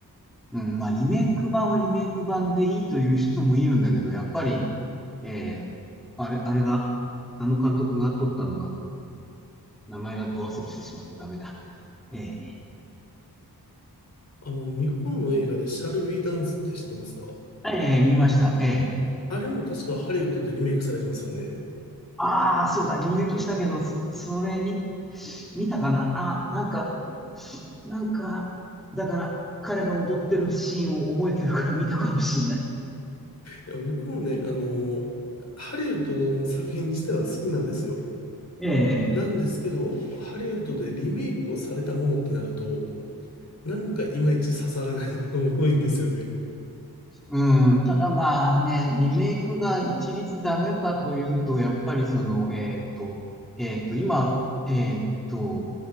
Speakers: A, in the centre; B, on the left (about 45°).
A: うん、まあ、リメイク版はリメイク版でいいという人もいるんだけど、やっぱり、えーあれ、あれが、あの監督が撮ったのが、名前がど忘れしてしまった。ダメだ。ええ
B: あの、日本の映画でシャルウィダンスって知ってますか
A: えー見ました。ええ
B: あれも確かハリウッドでリメイクされてますよね。
A: ああ、そうだ、リメイクしたけど、そ、それ見、見たかなあ、なんか、なんか、だから、彼が踊ってるシーンを覚えてるから見たかもしんない。
B: いや僕もね、あの、ハリウッドの作品自体は好きなんですよ。
A: ええ
B: なんですけど、ハリウッドでリメイクをされたものってなると、なんかいまいち刺さらないものも多いんですよね。
A: うん、ただまあね、リメイクが一律ダメかというと、やっぱりその、えっと、えっと、今、えっと、